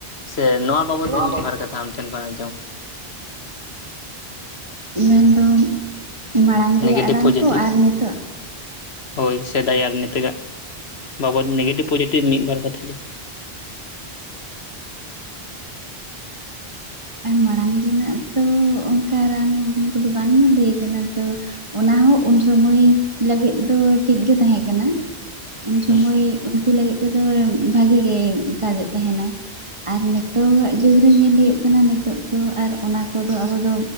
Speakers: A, on the left (about 85°); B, on the right (about 30°).
A: ᱥᱮ, ᱱᱚᱣᱟ ᱵᱟᱵᱚᱛ
B: ᱱᱚᱣᱟ
A: ᱛᱮ, ᱢᱤᱫ
B: ᱫᱚ
A: ᱵᱟᱨ ᱠᱟᱛᱷᱟ ᱟᱢᱴᱷᱮᱱ ᱠᱷᱚᱱ, ᱟᱸᱡᱚᱢ
B: ᱢᱮᱱ ᱫᱚ, ᱢᱟᱲᱟᱝ ᱨᱮᱭᱟᱜ
A: ᱱᱮᱜᱮᱴᱤᱵᱷ
B: ᱨᱟᱱ
A: ᱯᱚᱡᱮᱴᱤᱵᱷ
B: ᱠᱚ, ᱟᱨ ᱱᱤᱛᱳᱜ
A: ᱦᱳᱭ, ᱥᱮᱫᱟᱭ ᱟᱨ ᱱᱤᱛᱚᱜᱟᱜ, ᱵᱟᱵᱚᱫ ᱱᱮᱜᱮᱴᱤᱵᱽ, ᱯᱚᱡᱮᱴᱤᱵᱷ ᱢᱤᱫ ᱵᱟᱨ ᱠᱟᱛᱷᱟ ᱾
B: ᱟᱸᱼ ᱢ ᱢᱟᱲᱟᱝ ᱨᱮᱱᱟᱜ ᱛᱚ, ᱚᱱᱠᱟ ᱨᱟᱱ ᱢᱩᱨᱜᱟᱹᱱ ᱠᱚᱫᱚ, ᱵᱟᱝ ᱧᱮᱞ ᱦᱩᱭ ᱟᱠᱟᱱᱟ ᱛᱚ, ᱚᱱᱟᱦᱚ, ᱩᱱᱥᱚᱢᱚᱭ ᱞᱟᱹᱜᱤᱫ ᱫᱚ, ᱴᱷᱤᱠ ᱜᱮ ᱛᱟᱦᱮᱸ ᱠᱟᱱᱟ, ᱩᱱ ᱥᱚᱢᱚᱭ
A: ᱦᱮᱸ
B: ᱩᱱᱠᱩ ᱞᱟᱹᱜᱤᱫ ᱛᱮᱫᱚ, ᱵᱷᱟᱜᱤ ᱜᱮ ᱠᱟᱡᱼᱮᱫ ᱛᱟᱦᱮᱱᱟᱭ ᱾ ᱟᱨ ᱱᱤᱛᱚᱜᱟᱜ ᱡᱩᱜᱽ ᱨᱮ ᱧᱮᱞ ᱦᱩᱭᱩᱜ ᱠᱟᱱᱟ ᱱᱤᱛᱳ ᱫᱚ ᱟᱨ ᱚᱱᱟ ᱠᱚᱫᱚ ᱟᱵᱚ ᱫᱚ